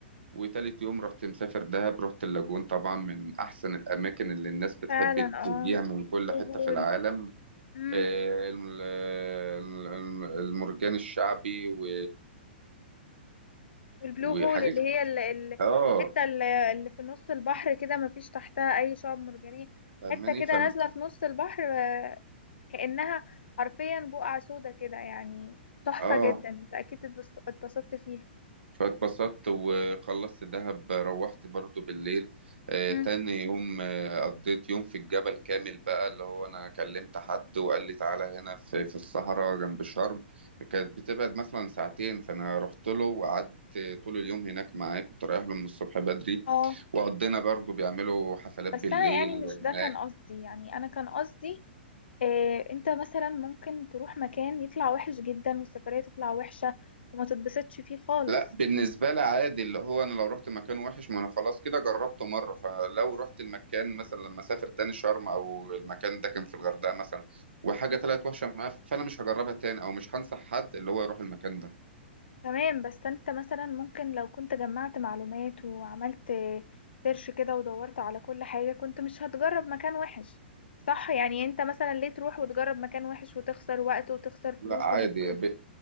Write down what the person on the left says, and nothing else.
فعلا اه
البلو
هول
مم.
والبلو
هول اللي هي ال- ال-
الحته اللي اللي في نص البحر كده ما فيش تحتها اي شعب مرجانيه
حته كده
نازله في نص البحر آه، كأنها حرفيا بقعة سودا كده يعني تحفة
جدا انت اكيد اتبسط- اتبسطت فيها
مم.
اه
بس
انا يعني مش
ده كان قصدي يعني انا كان قصدي إيه انت مثلا ممكن تروح مكان يطلع وحش جدا والسفرية تطلع وحشة وما تتبسطش فيه خالص
تمام بس انت مثلا ممكن لو كنت جمعت معلومات وعملت سيرش كده ودورت على كل حاجة كنت مش هتجرب مكان وحش صح يعني انت مثلا ليه تروح وتجرب مكان وحش وتخسر وقت وتخسر فلوس
ومجهود